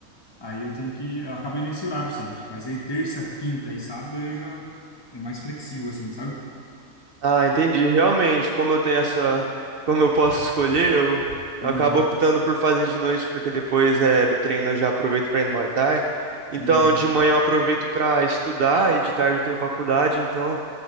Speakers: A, on the left (about 35°); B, on the right (about 65°).
A: Aí eu tenho que. Eu acabo indo nesse horário sempre. Mas aí terça, quinta e sábado eu já. É mais flexível assim, sabe?
B: Ah, entendi. Realmente, como eu tenho essa. Como eu posso escolher, eu,
A: Aham,
B: eu acabo optando por fazer de noite, porque depois é, do treino eu já aproveito pra ir no Muay Thai. Então,
A: aham.
B: de manhã eu aproveito pra estudar e de tarde eu tenho faculdade, então